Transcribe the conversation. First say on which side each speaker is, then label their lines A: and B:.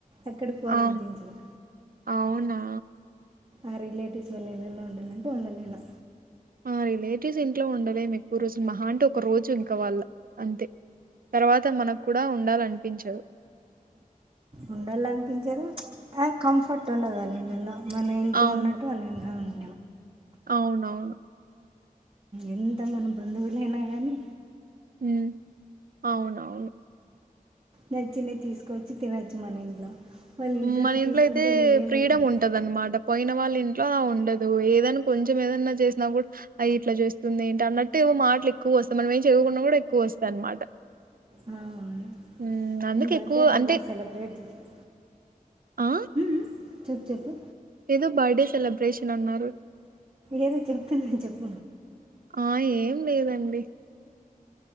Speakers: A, on the right (about 40°); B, on the right (about 80°).
A: ఎక్కడికి పోవాలనిపించదు
B: ఆ! అవునా
A: ఆ రిలేటివ్స్ వెళ్లి వెళ్లాలంన్టే ఉండలేను
B: ఆ రిలేటివ్స్ ఇంట్లో ఉండలేము ఎక్కువ రోజులు మహా అంటే ఒక రోజు ఇంకా వాళ్ళ అంతే తర్వాత మనక్కూడా ఉండాలనిపించదు
A: ఉండాలంపించదు ఆ కంఫర్ట్ ఉండదు వాళ్ళైల్లాలో మన ఇంట్లో
B: అవును.
A: ఉన్నట్టు వాళ్ళింట్లో
B: అవునవును
A: ఎంత మన బంధువులైనా గానీ
B: ఉ అవునవును
A: నచ్చినది తీసుకొచ్చి తినచ్చు మన ఇంట్లో వాళ్ళ
B: మన
A: అట్లా
B: ఇంట్లో
A: తీసుకుంటే
B: అయితే
A: ఎన్ని ఏమనుకుంటారు
B: ఫ్రీడమ్ ఉంటదాన్మాట పోయిన వాళ్ళ ఇంట్లో ఉండదు ఏదనా కొంచెం ఏదన్నా చేసినా కూడా అ ఇట్లా చేస్తుంది ఏంటి అన్నట్టే మాటలు ఎక్కువ వస్తా మనం ఏం చెయకున్నా కూడా ఎక్కువ వస్తా అనమాట
A: ఆ, అవును
B: ఉ అందుకు
A: మీ బర్త్డే
B: ఎక్కువు
A: అట్లా
B: అంటే
A: బాగా సెలబ్రేట్ చేస్తాం
B: ఆ
A: ఉమ్, చెప్పు చెప్పు
B: ఏదో బాడే సెలబ్రేషన్ అన్నారు
A: ఏదో చెప్తున్నాను చెప్ప
B: ఆ! ఏం లేదండి